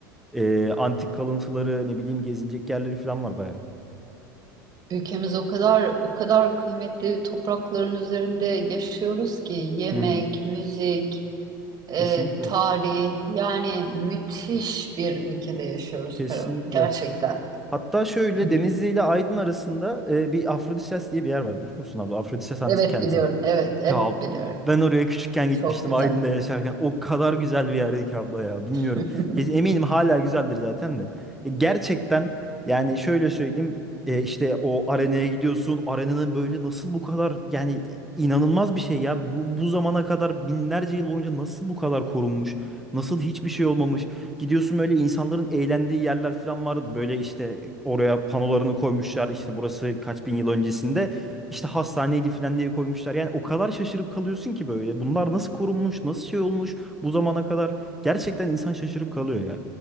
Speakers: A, in the centre; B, on the right (about 35°).
A: Ee, antik kalıntıları, ne bileyim gezilecek yerleri falan var bayağı.
B: Ülkemiz o kadar o kadar kıymetli toprakların üzerinde yaşıyoruz ki yemek,
A: Hı hı.
B: müzik, e,
A: Kesinlikle.
B: tarih yani müthiş bir ülkede yaşıyoruz
A: Kesinlikle.
B: Karo. Gerçekten.
A: Hatta şöyle
B: E,
A: Denizli ile Aydın arasında e, bir Afrodisias diye bir yer var biliyor musun abla? Afrodisias Antik
B: Evet
A: Kenti.
B: biliyorum. Evet, evet
A: Ya
B: biliyorum.
A: ben oraya küçükken gitmiştim
B: Çok güzel.
A: Aydın'da yaşarken. O kadar güzel bir yerdi ki abla ya. Bilmiyorum.
B: <laughs>
A: Kesin eminim hala güzeldir zaten de. E, gerçekten yani şöyle söyleyeyim. E, işte o arenaya gidiyorsun. Arenanın böyle nasıl bu kadar yani inanılmaz bir şey ya. Bu, bu zamana kadar binlerce yıl boyunca nasıl bu kadar korunmuş? Nasıl hiçbir şey olmamış? Gidiyorsun böyle insanların eğlendiği yerler falan var. Böyle işte oraya panolarını koymuşlar. İşte burası kaç bin yıl öncesinde. İşte hastaneydi falan diye koymuşlar. Yani o kadar şaşırıp kalıyorsun ki böyle. Bunlar nasıl korunmuş, nasıl şey olmuş bu zamana kadar. Gerçekten insan şaşırıp kalıyor ya.